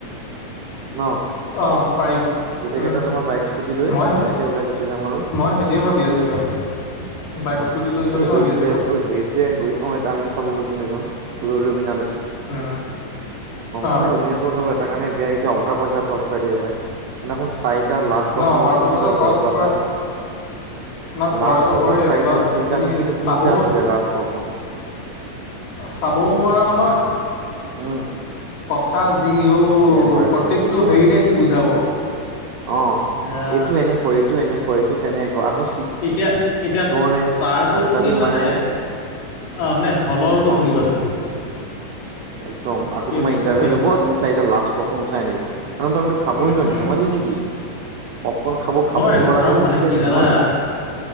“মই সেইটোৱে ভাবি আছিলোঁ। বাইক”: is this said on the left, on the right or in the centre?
Left